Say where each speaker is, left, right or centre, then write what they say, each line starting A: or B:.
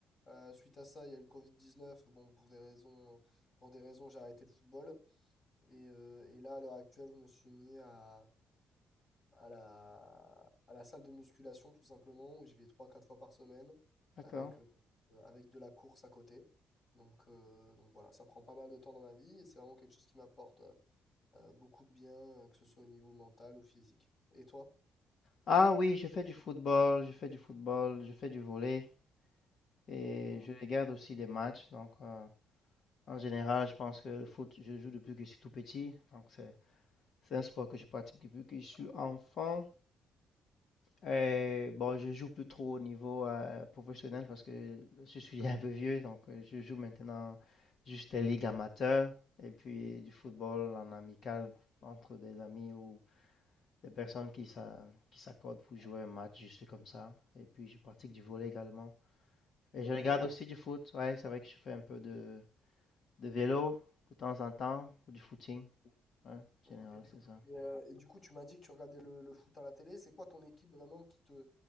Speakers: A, on the left; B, on the left.
A: Euh, suite à ça, il y a eu le Covid-19. Bon, pour des raisons, pour des raisons, j'ai arrêté le football. Et, euh, et là, à l'heure actuelle, je me suis mis à à la, à la salle de musculation, tout simplement, où j'y vais trois quatre fois par semaine
B: D'accord.
A: avec, euh, euh, avec de la course à côté. Donc, euh, donc voilà, ça prend pas mal de temps dans ma vie et c'est vraiment quelque chose qui m'apporte euh, euh, beaucoup de bien, euh, que ce soit au niveau mental ou physique. Et toi?
B: Ah oui, je fais du football, je fais du football, je fais du volley et
A: Ouais.
B: je regarde aussi des matchs. Donc, euh, en général, je pense que le foot, je joue depuis que je suis tout petit. Donc, c'est, c'est un sport que je pratique depuis que je suis enfant. Euh, bon, je joue plus trop au niveau euh, professionnel parce que je suis un peu vieux, donc euh, je joue maintenant juste des ligues amateurs et puis du football en amical entre des amis ou des personnes qui s'a- qui s'accordent pour jouer un match juste comme ça. Et puis je pratique du volley également. Et
A: Ok.
B: je regarde aussi du foot, ouais, c'est vrai que je fais un peu de, de vélo de temps en temps ou du footing, ouais, en général,
A: Ok. Et,
B: c'est ça.
A: euh, et du coup, tu m'as dit que tu regardais le, le foot à la télé. C'est quoi ton équipe vraiment qui te,